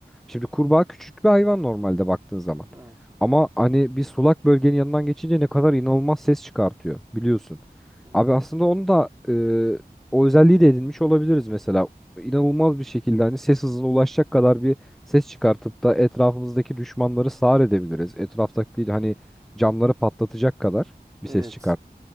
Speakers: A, in the centre; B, on the right.
A: Şimdi kurbağa küçük bir hayvan normalde baktığın zaman.
B: Evet.
A: Ama hani bir sulak bölgenin yanından geçince ne kadar inanılmaz ses çıkartıyor biliyorsun.
B: Evet.
A: Abi aslında onu da e, o özelliği de edinmiş olabiliriz mesela. İnanılmaz bir şekilde hani ses hızına ulaşacak kadar bir ses çıkartıp da etrafımızdaki düşmanları sağır edebiliriz. Etraftaki hani camları patlatacak kadar
B: Evet.
A: bir ses çıkart.